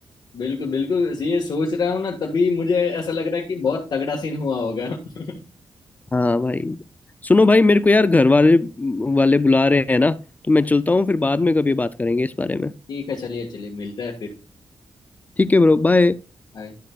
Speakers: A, on the left; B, on the left.
A: बिल्कुल बिल्कुल ये सोच रहा हूँ ना तभी मुझे ऐसा लग रहा है कि बहुत तगड़ा सीन हुआ होगा <laughs>
B: हाँ भाई सुनो भाई मेरे को यार घर वाले वाले बुला रहे हैं ना तो मैं चलता हूँ फिर बाद में कभी बात करेंगे इस बारे में
A: ठीक है चलिए चलिए मिलते हैं फिर
B: ठीक है ब्रो बाय
A: बाय